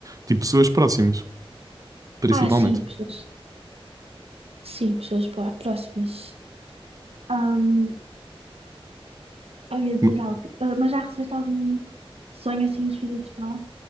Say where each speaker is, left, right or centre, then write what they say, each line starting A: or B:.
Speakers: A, on the right; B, on the right.
A: Tipo, pessoas próximas, principalmente.
B: Ah, sim, pessoas. Sim, pessoas pró- próximas. Ahm, eu ia dizer
A: Uhum.
B: algo, Ah, mas já recebeste algum sonho assim espírito falar?